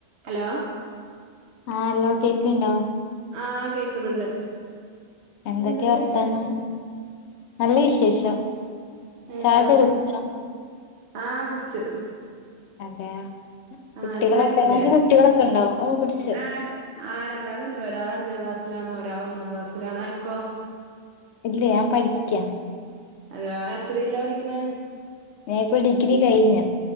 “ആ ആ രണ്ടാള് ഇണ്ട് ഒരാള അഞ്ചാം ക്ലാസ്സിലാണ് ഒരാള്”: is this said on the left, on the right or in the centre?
Right